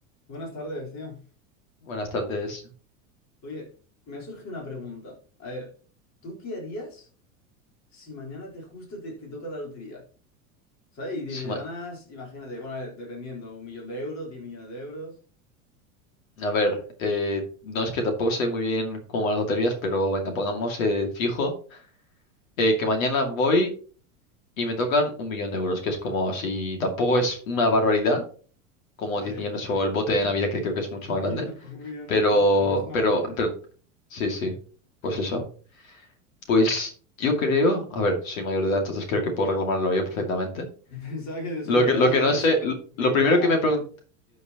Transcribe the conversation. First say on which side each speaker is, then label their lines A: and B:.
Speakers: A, on the left; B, on the left.
A: Buenas tardes, tío.
B: Buenas tardes.
A: Oye, me ha surgido una pregunta. A ver, ¿tú qué harías si mañana te justo te, te toca la lotería? ¿Sabes? Y te,
B: Sí,
A: te
B: ma-
A: ganas, imagínate, bueno, a ver, dependiendo, un millón de euros, diez millones de euros.
B: A ver, eh, no es que tampoco sé muy bien cómo van las loterías, pero venga, pongamos eh, fijo eh, que mañana voy y me tocan un millón de euros, que es como si tampoco es una barbaridad, como
A: A
B: 10
A: ver,
B: millones o el bote de Navidad, que creo que es mucho
A: un
B: más grande,
A: millón, <laughs> un millón
B: pero,
A: de euros para mí es una
B: pero,
A: barbaridad.
B: pero, sí, sí, pues eso. Pues yo creo, a ver, soy mayor de edad, entonces creo que puedo reclamarlo yo perfectamente.
A: <laughs> Pensaba que soy
B: Lo
A: mayor
B: que,
A: de
B: lo
A: edad,
B: que
A: entonces
B: no sé, lo
A: me
B: lo
A: iría...
B: primero que me pregunté...